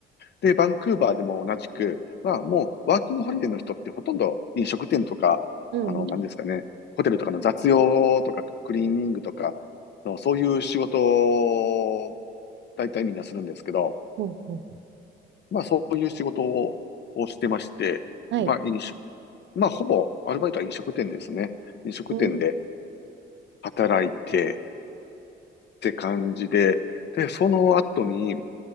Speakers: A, on the left; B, on the right.
A: で、バンクーバーでも同じく、まあ、もう、ワーキングホリデーの人ってほとんど飲食店とか、
B: うんうん。
A: あの、なんですかね、ホテルとかの雑用とか、クリーニングとかの、そういう仕事を、大体みんなするんですけど、
B: うんうん。
A: まあ、そういう仕事を、をしてまして、
B: はい。
A: まあ、飲酒、まあ、ほぼ、アルバイトは飲食店ですね。飲食店で
B: うん
A: 働いて、って感じで、で、その後に、